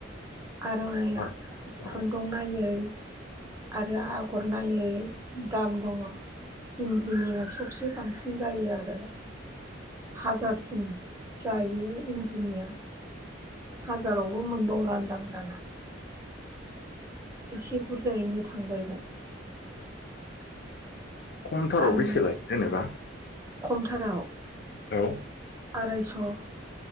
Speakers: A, on the right; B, on the left.
A: आर'नाया
B: आरो
A: खुन्दुं
B: औ
A: नायै आरो आगर नायै दाम दङ। इन्दिनिया सबसे बांसिन जायो आरो। हाजारसिम जायो इन्दिनिया हाजारावबो मोनबावला होनदां दाना एसे बुरजायैनो थांबायगोन।
B: खमथाराव
A: आं
B: बेसे लायो जेनेबा
A: खमथाराव
B: औ
A: आरायस'